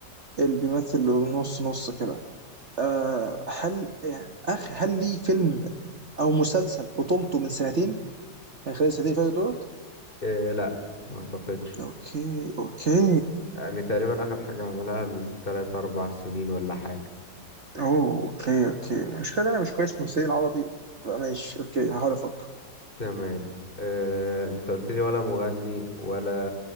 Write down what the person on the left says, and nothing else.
آه، لا ما اعتقدش
يعني تقريبا اخر حاجة عملها من 3 4 سنين ولا حاجة
تمام آه، انت قلت لي ولا مغني ولا